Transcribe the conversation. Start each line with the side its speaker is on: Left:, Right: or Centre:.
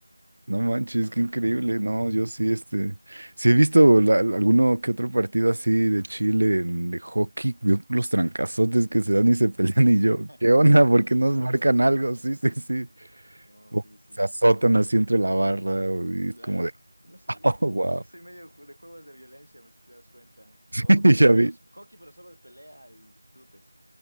Right: No manches, qué increíble. No, yo sí, este, sí he visto la- alguno que otro partido así de Chile, en- de hockey, veo los trancazotes que se dan y se pelean
Left: <laughs>
Right: y yo, ¿qué onda? ¿Por
Left: Puño,
Right: qué nos
Left: a puño.
Right: marcan algo? Sí, sí, sí.
Left: No,
Right: O
Left: sí, sí.
Right: se azotan así entre la barra o- y
Left: Claro.
Right: es como de,
Left: No sé,
Right: <laughs> oh,
Left: yo,
Right: wow.
Left: yo soy medio ju- de juegos de violencia, pues, si te das cuenta. Hockey,
Right: <laughs> Y
Left: de-
Right: ya
Left: pero
Right: vi,
Left: hockey, pero solo de pelea y chutes.